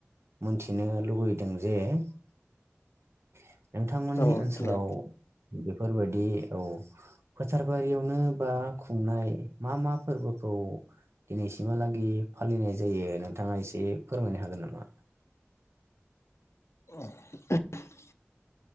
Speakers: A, on the right (about 65°); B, on the left (about 70°).
A: मोनथिनो लुुबैदों जे नोंथांमोननि
B: औ
A: ओनसोलाव
B: दे
A: बेफोरबायदि औ फोथार बारियावनो बा खुंनाय मा मा फोरबोखौ दिनैसिमहालागि फालिनाय जायो नोंथाङा इसे फोरमायनो हागोन नामा?
B: <unintelligible>